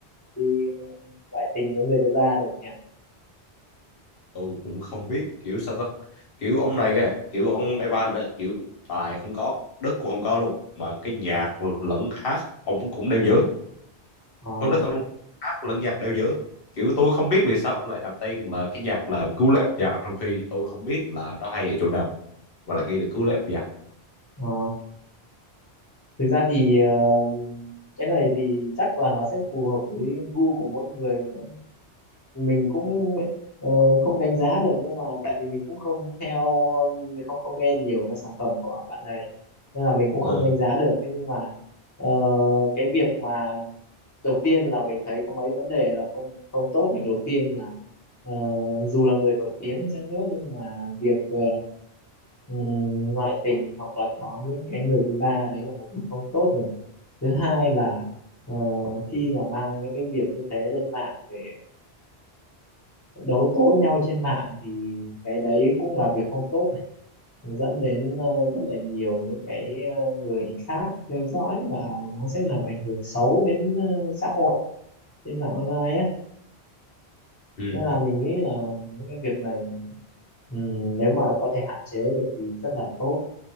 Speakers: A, on the left (about 15°); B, on the left (about 60°).
A: đi ngoại tình với người thứ ba được nhỉ
B: tôi cũng không biết kiểu sao ta kiểu ông này kìa kiểu ông Evan ấy, kiểu tài không có đất cũng không có luôn mà cái nhạc lẫn hát ông cũng đều dở
A: ờ
B: tôi nói thật luôn hát lẫn nhạc đều dở kiểu tôi không biết vì sao ông lại đặt tên là cái nhạc là cứu lấy âm nhạc trong khi tôi không biết là nó hay ở chỗ nào và lại ghi là cứu lấy âm nhạc
A: ờ thực ra thì ờ, cái này thì chắc là nó sẽ phù hợp với gu của mỗi người mình cũng ờ, không đánh giá được nhưng mà tại vì mình cũng không theo không không nghe nhiều các sản phẩm của bạn này nên là mình cũng không
B: ừ,
A: đánh giá được thế nhưng mà ờ, cái việc mà đầu tiên là mình thấy có mấy vấn đề là không không tốt này đầu tiên là ờ, dù là người nổi tiếng hay chăng nữa nhưng mà việc ờ, ừm, ngoại tình hoặc là có những cái người thứ ba đấy là một việc không tốt rồi này. thứ hai là ờ, khi mà mang những cái việc như thế lên mạng để đấu tố nhau trên mạng thì cái đấy cũng là việc không tốt này nó dẫn đến ờ, rất là nhiều những cái ờ, người khác theo dõi và nó sẽ làm ảnh hưởng xấu đến ờ, xã hội trên mạng online á
B: ừ.
A: nên là mình nghĩ là những cái việc này ừm, nếu mà có thể hạn chế được thì rất là tốt